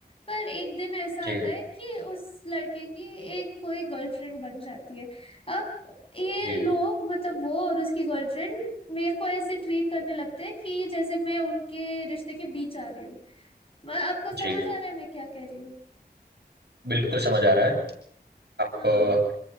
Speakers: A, on the left; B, on the right.
A: पर एक दिन ऐसा
B: जी
A: आता है कि उस लड़के की एक कोई गर्लफ्रेंड बन जाती है अब ये
B: जी
A: लोग मतलब वो और उसकी गर्लफ्रेंड मेरे को ऐसे ट्रीट करने लगते हैं कि जैसे मैं उनके रिश्ते के बीच आ रही हूँ मैं- आपको
B: जी
A: समझ आ रहा है मैं क्या कह रही हूँ
B: बिल्कुल
A: कि
B: समझ आ रहा है आप
A: हाँ
B: अ,